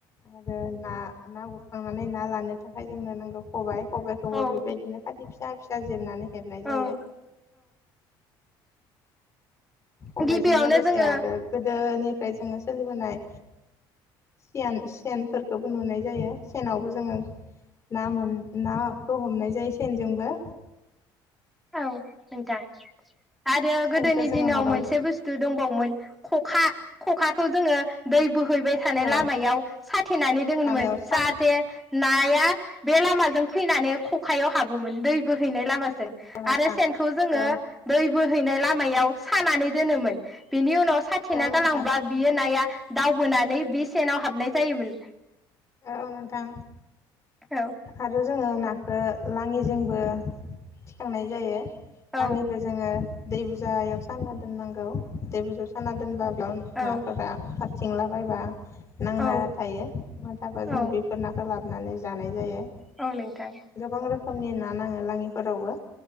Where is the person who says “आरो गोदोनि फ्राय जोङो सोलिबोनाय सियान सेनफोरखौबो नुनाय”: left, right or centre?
Left